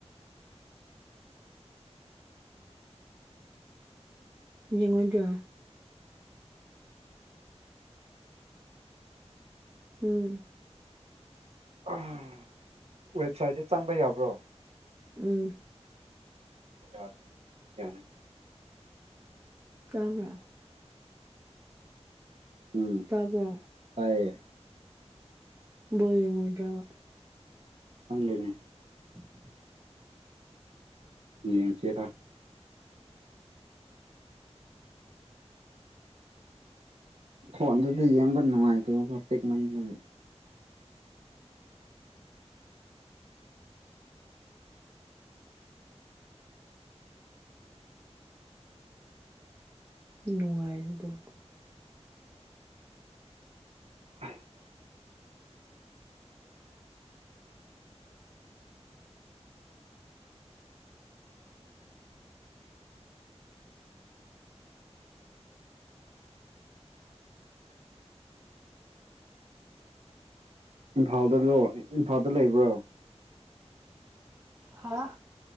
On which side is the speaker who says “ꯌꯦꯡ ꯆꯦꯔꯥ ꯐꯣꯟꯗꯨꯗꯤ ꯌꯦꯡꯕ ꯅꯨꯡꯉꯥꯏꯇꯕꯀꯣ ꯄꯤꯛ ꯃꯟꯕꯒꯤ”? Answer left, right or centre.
Right